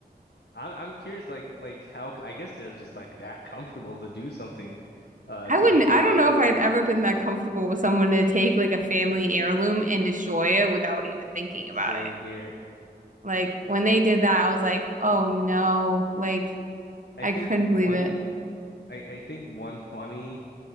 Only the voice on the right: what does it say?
I
wouldn't,
I
don't know if I'd ever been that comfortable with someone to take like a family heirloom and destroy it without even thinking about
it.
Like when they did that, I was like, oh no. Like
I
couldn't
believe it.